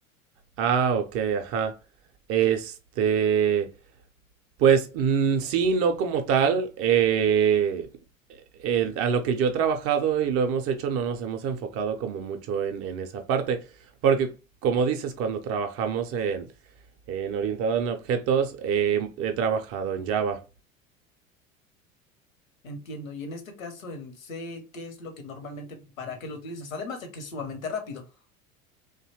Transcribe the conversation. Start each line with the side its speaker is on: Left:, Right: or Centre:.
Right: Ah, ok, ajá. Este, pues mm, sí, no como tal. eh, eh, a lo que yo he trabajado y lo hemos hecho, no nos hemos enfocado como mucho en, en esa parte, porque como dices, cuando trabajamos en, en orientado en objetos, eh, he trabajado en Java.
Left: <laughs> Entiendo. Y en este caso en C, ¿qué es lo que normalmente, para qué lo utilizas? Además de que es sumamente rápido.